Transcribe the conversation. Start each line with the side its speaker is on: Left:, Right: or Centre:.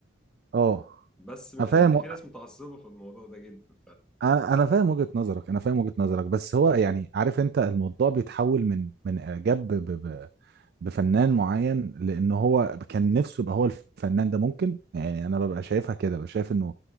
Right: اه
Centre: بس يعني
Right: انا فاهم
Centre: في ناس متعصبه في الموضوع ده جدا
Right: انا انا فاهم وجهة نظرك انا فاهم وجهة نظرك بس هو يعني عارف انت الموضوع بيتحول من من اعجاب ب- ب- بفنان معين لان هو كان نفسه يبقى هو الفنان ده ممكن يعني انا ببقى شايفها كده ببقى شايف انه